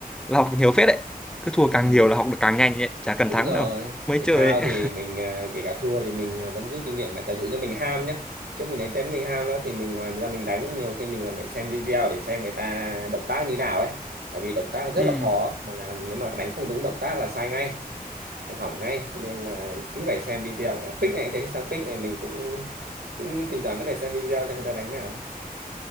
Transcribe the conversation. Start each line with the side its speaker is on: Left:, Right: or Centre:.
Centre: là học được nhiều phết đấy cứ thua
Right: <laughs> ừ.
Centre: càng nhiều là học được càng nhanh ấy chả cần
Right: đúng
Centre: thắng
Right: rồi
Centre: đâu mới
Right: thể
Centre: chơi
Right: thao
Centre: ấy
Right: thì mình à, kể cả thua thì mình à, vẫn rút kinh nghiệm mà giả dụ như mình ham nhé trước mình đánh tennis mình ham lắm thì mình ngoài ra mình đánh nhiều khi mình còn phải xem video để xem người ta động tác như nào ấy tại vì động tác rất
Centre: <laughs> ừ.
Right: là khó mà làm nếu mà đánh không đúng động tác là sai ngay là hỏng ngay cho nên là cứ phải xem video À, pick này cũng thế sang pick này mình cũng cũng thỉnh thoảng vẫn phải xem video xem người ta đánh nào